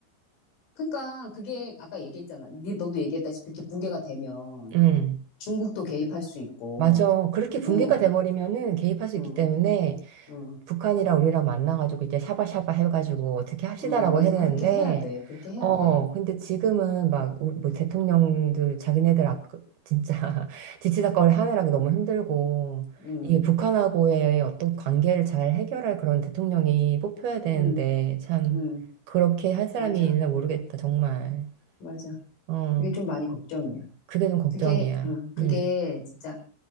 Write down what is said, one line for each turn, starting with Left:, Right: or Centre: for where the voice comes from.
Left: 그러니까 그게 아까 얘기했잖아. 니 너도 얘기했다시피 이렇게 붕괴가 되면
Right: 음,
Left: 중국도 개입할 수 있고,
Right: 맞아. 그렇게 붕괴가
Left: 응,
Right: 돼버리면은 개입할 수
Left: 응,
Right: 있기 때문에
Left: 응,
Right: 북한이랑 우리랑 만나가지고 이제 샤바샤바 해가지고 어떻게 합시다라고
Left: 응, 맞아.
Right: 해냈는데,
Left: 그렇게 해야 돼. 그렇게 해야
Right: 어,
Left: 돼.
Right: 근데 지금은 막, 우리 뭐 대통령들, 자기네들 아, 진짜 <laughs> 지치다꺼리 하느라 너무 힘들고,
Left: 응,
Right: 이 북한하고의 어떤 관계를 잘 해결할 그런 대통령이 뽑혀야 되는데,
Left: 응,
Right: 참,
Left: 응,
Right: 그렇게 할 사람이
Left: 맞아,
Right: 있나 모르겠다, 정말.
Left: 맞아.
Right: 어,
Left: 그게 좀 많이 걱정이야.
Right: 그게 좀 걱정이야.
Left: 그게, 응, 그게
Right: 음,
Left: 진짜